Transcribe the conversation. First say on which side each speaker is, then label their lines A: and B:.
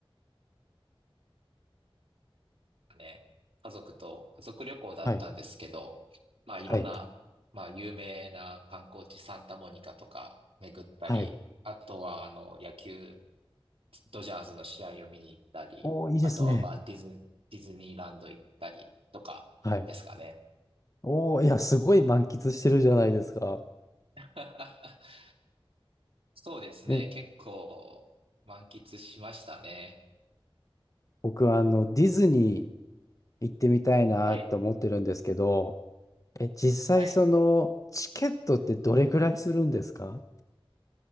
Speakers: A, on the right; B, on the left.
A: ね。家族と、家族旅行だったんですけど、
B: はい。
A: まあ、いろんな、
B: はい。
A: まあ、有名な観光地サンタモニカとか巡ったり、
B: はい。
A: あとは、あの、野球ドジャーズの試合を見に行ったり、
B: おー、いいですね。
A: あとはまあディズ、ディズニーランド行ったりとかですかね。
B: はい。おー、いや、すごい満喫してるじゃないですか。
A: <laughs> そうですね。
B: ね、
A: 結構満喫しましたね。
B: 僕はあの、ディズニー行ってみたいなって思ってるんですけど、
A: はい。
B: え、実際その、
A: はい。
B: チケットってどれぐらいするんですか